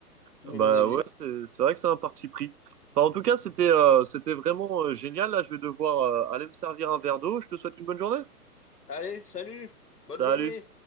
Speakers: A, on the left (about 75°); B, on the right (about 80°).
A: si
B: Bah
A: vous voulez mon avis.
B: ouais, c'est c'est vrai que c'est un parti pris. Enfin, en tout cas, c'était euh, c'était vraiment euh, génial. Là, je vais devoir euh, aller me servir un verre d'eau. Je te souhaite une bonne journée.
A: Allez, salut, bonne
B: Salut!
A: journée.